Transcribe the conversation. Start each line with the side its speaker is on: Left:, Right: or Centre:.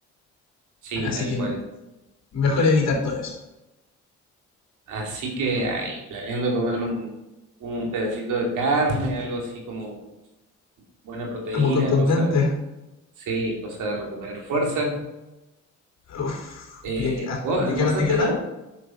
Right: sí,
Left: Así
Right: tal
Left: que
Right: cual.
Left: mejor evitar todo eso.
Right: Así que ahí, planeando comer un, un pedacito de carne, algo así como buena proteína,
Left: Como contundente.
Right: cosa Sí, cosa de recuperar fuerza.
Left: Uf.
Right: Eh,
Left: ¿Y aquí- hasta-
Right: ¿vos
Left: de
Right: almorzaste
Left: qué hora hasta qué hora?
Right: ya?